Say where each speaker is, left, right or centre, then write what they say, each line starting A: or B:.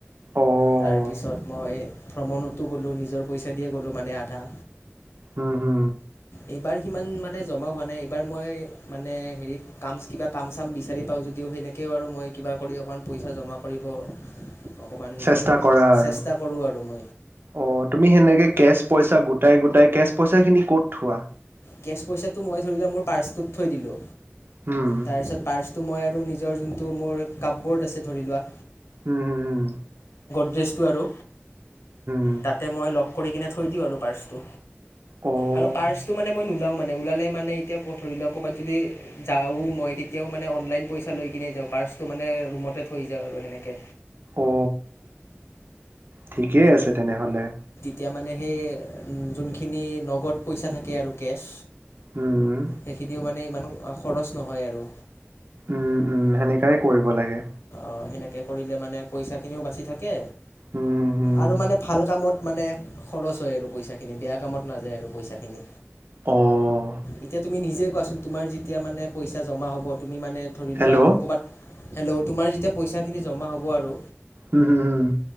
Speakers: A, on the right; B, on the left.
A: অ'
B: তাৰপিছত মই ভ্ৰমণতো গ'লো নিজৰ পইচা দিয়ে গ'লো মানে, আধা
A: উম হু
B: এইবাৰ সিমান মানে জমা হোৱা নাই। এবাৰ মই মানে হেৰি কাম কিবা কাম চাম বিচাৰি পাওঁ যদিও সেনেকেও আৰু মই কিবা কৰি অকণ পইচা জমা কৰিব অকণমান
A: চেষ্টা কৰা আৰু
B: চেষ্টা কৰোঁ আৰু, ম
A: অ' তুমি সেনেকে কেচ পইচা গোটাই গোটাই কেচ পইচা খিনি ক'ত থোৱা?
B: কেছ পইচাটো মই ধৰি লোৱা মোৰ পাৰ্চটোত থৈ দিলোঁ
A: হুম
B: তাৰছত পাৰ্ছ টো মই আৰু নিজৰ যোনটো মোৰ কাববৰ্ড আছে ধৰি লোৱা
A: উম হম হম।
B: দ্ৰেছটো আৰু
A: হুম
B: তাতে মই লগ কৰি কিনে থৈ দিওঁ আৰু পাৰ্ছটো।
A: অ'
B: আৰু পাৰ্ছটো মানে মই নোলাও মানে ওলালে মানে এতিয়া ক ধৰি ল ক'ৰবাত যদি যাও মই তেতিয়াও মানে অনলাইন পইচা লৈ কিন নে যাওঁ। পাৰ্চটো মানে ৰুমতে থৈ যাওঁ আৰু সেনেকে।
A: অ ঠিকেই আছে তেনেহলে
B: এতিয়া মানে সেই উম যোনখিনি নগদ পইচা থাকে আৰু কেচ
A: উম,
B: সেইখিনিও মানে ইমান খৰচ নহয় আৰু
A: উম উম সেনেকাই কৰিব লাগে
B: অ সেনেকে কৰিলে মানে পইচা খিনিও বাচি থাকে
A: উম, হুম, হুম।
B: আৰু মানে ভাল কামত মানে খৰচ হয় আৰু পইচাখিনি বেয়া কামত নাযায় আৰু পইচাখিনি
A: অ',
B: এতিয়া তুমি নিজে কোৱাচোন তোমাৰ যেতিয়া মানে পইচা জমা হ'ব তুমি মানে ধৰি
A: হেল্ল'?
B: লোৱা কবাত হেল্ল' তোমাৰ যেতিয়া পইচা খিনি জমা হ'ব আৰু
A: উম হোম হোম